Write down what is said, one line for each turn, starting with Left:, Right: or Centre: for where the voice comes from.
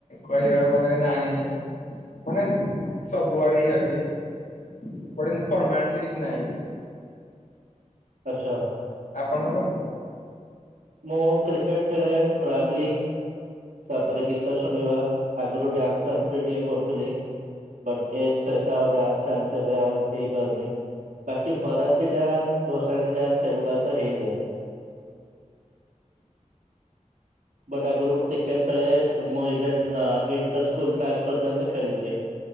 Left: କହିବାକୁ ଗଲେ ନାହିଁ। ମାନେ ସବୁଆଡେ ଇଏ ଅଛି ବଟେ ଏତି ପରମନେଟଲି କିଛି ନାହିଁ।
Right: ଆଛା।
Left: ଆପଣଙ୍କର?
Right: ମୁଁ କ୍ରିକେଟ ଖେଳେ ଟ୍ରାଭେଲିଂ। ତାପରେ ଗୀତ ଶୁଣିବା ଆଗରୁ ଡ୍ୟାନ୍ସ ଫ୍ୟାନ୍ସ ବି ଟିକେ କରୁଥିଲି। ବଟ ଏଜ୍ ସହିତ ଆଉ ଡ୍ୟାନ୍ସ ଫ୍ୟାନ୍ସ ଏବେ ଆଉ ହେଇପାରୁନି। ବାକି ବରାତି ଡ୍ୟାନ୍ସ ଭସାଣି ଡାନ୍ସ ଏଗୁଡା ତ ହେଇଯାଏ। ବଟ ଆଗରୁ ମୁଁ କ୍ରିକେଟ ଖେଲେ ମୁଁ ଇଣ୍ଟର ସ୍କୁଲ ମ୍ୟାଚ୍ ପର୍ଯ୍ୟନ୍ତ ମୁଁ ଖେଳିଛି।